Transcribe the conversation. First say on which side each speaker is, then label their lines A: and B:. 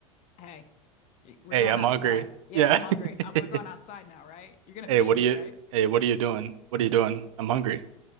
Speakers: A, on the left (about 45°); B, on the right (about 70°).
A: hey, we're
B: Hey,
A: going
B: I'm
A: outside.
B: hungry.
A: Yeah,
B: Yeah.
A: I'm hungry. Uh, We're
B: <laughs>
A: going outside now, right? You're going
B: Hey,
A: to feed
B: what
A: me,
B: are you?
A: right?
B: Hey, what are you doing? What are you doing? I'm hungry.